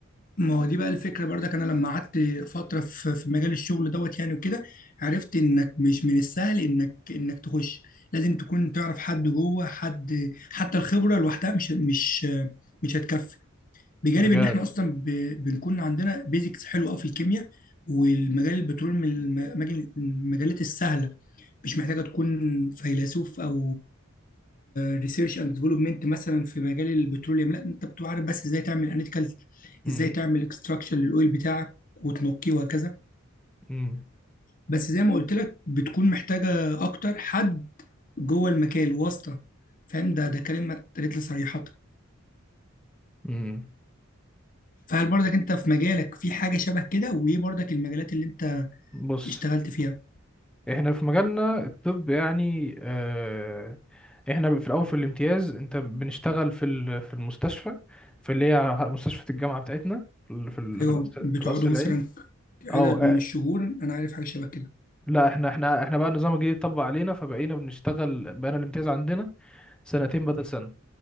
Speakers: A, on the left; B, in the centre.
A: ما هو دي بقى الفكره برضك انا لما قعدت فتره في في مجال الشغل دوت يعني وكده عرفت انك مش من السهل انك انك تخش لازم تكون تعرف حد جوه حد حتى الخبره لوحدها مش مش مش هتكفي بجانب
B: بجد
A: ان احنا اصلا ب- بنكون عندنا بيزكس حلوه أوي في الكيمياء والمجال البترول من الم- المجال- المجالات السهله مش محتاجة تكون فيلسوف أو ريسيرش اند ديفلوبمنت مثلا في مجال البتروليوم لا انت بتبقى عارف بس ازاي تعمل اناليتيكال
B: امم
A: ازاي تعمل اكستراكشن للاويل بتاعك وتنقيه وهكذا
B: امم
A: بس زي ما قلت لك بتكون محتاجة اكتر حد جوه المجال واسطة فاهم ده ده كلمة اتقالت لي صريحة
B: امم
A: فهل برضك انت في مجالك في حاجة شبه كده وايه برضك المجالات اللي انت
B: بص
A: اشتغلت فيها
B: احنا في مجالنا الطب يعني آه، احنا في الاول في الامتياز انت بنشتغل في ال- في المستشفى في اللي هي مستشفى الجامعه بتاعتنا في ال- في ال-
A: ايوه
B: في القصر
A: بتقعدوا
B: في القصر
A: مثلا
B: العيني
A: عدد
B: اه آه،
A: من الشهور انا عارف حاجة شبه كده
B: لا احنا احنا احنا بقى النظام الجديد اتطبق علينا فبقينا بنشتغل بقينا الامتياز عندنا سنتين بدل سنه